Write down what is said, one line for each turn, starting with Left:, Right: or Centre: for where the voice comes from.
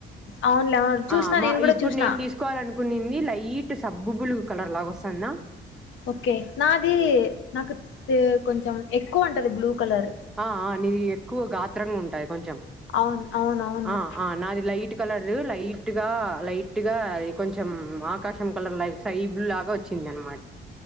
Left: అవునులే అవును చూసినా
Centre: ఆ మా
Left: నేను కూడా
Centre: ఇప్పుడు
Left: చూసిన
Centre: నేను తీసుకోవాల అనుకునింది సబ్బు బులుగు కలర్ లాగా వస్తుంది నా
Left: ఓకే నాది నాకు తె- కొంచెం ఎక్కువ ఉంటది బ్లూ కలర్
Centre: ఆ ఆ నీది ఎక్కువ గాత్రంగా ఉంటాది కొంచెం
Left: అవును అవును అవును
Centre: ఆ ఆ నాది లైట్. కలర్ లైట్ గా లైట్ గా కొంచెం ఆకాశం కలర్ లా సై బ్లూ లాగా వచ్చింది అనమాట.